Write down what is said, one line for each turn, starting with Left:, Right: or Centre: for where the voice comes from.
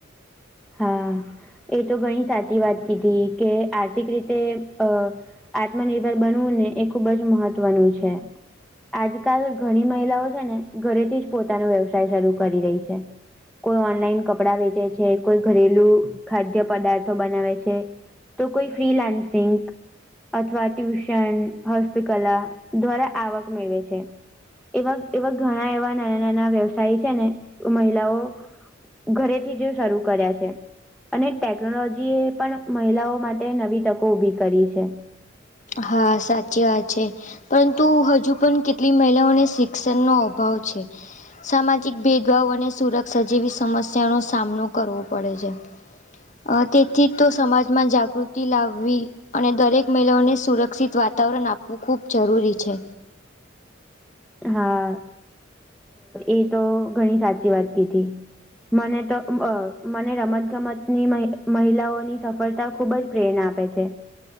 Centre: હા એ તો ઘણી સાચી વાત કીધી કે આર્થિક રીતે અ આત્મનિર્ભર બનવું ને એ ખુબ જ મહત્વનું છે આજકાલ ઘણી મહિલાઓ છે ને ઘરેથી જ પોતાનો વ્યવસાય શરૂ કરી રહી છે કોઈ ઓનલાઈન કપડાં વેચે છે કોઈ ઘરેલું ખાદ્ય પદાર્થો બનાવે છે તો કોઈ ફ્રીલાન્સિંગ અથવા ટ્યુશન હસ્તકલા દ્વારા આવક મેળવે છે એવા એવા ઘણા એવા નાના નાના વ્યવસાય છે ને મહિલાઓ ઘરેથી જો સારું કર્યા છે અને ટેકનોલોજી એ પણ મહિલાઓ માટે નવી તકો ઉભી કરી છે
Left: હા સાચી વાત છે પરંતુ હજુ પણ કેટલી મહિલાઓને શિક્ષણનો અભાવ છે સામાજિક ભેદભાવ અને સુરક્ષા જેવી સમસ્યાનોો સામનો કરવો પડે છે અ તેથી તો સમાજમાં જાગૃતિ લાવવી અને દરેક મહિલાઓને સુરક્ષિત વાતાવરણ આપવું ખૂબ જરૂરી છે
Centre: હા એ તો ઘણી સાચી વાત કીધી મને તો મને રમતગમતની મહિલાઓની સફળતા ખુબ જ પ્રેરણા આપે છે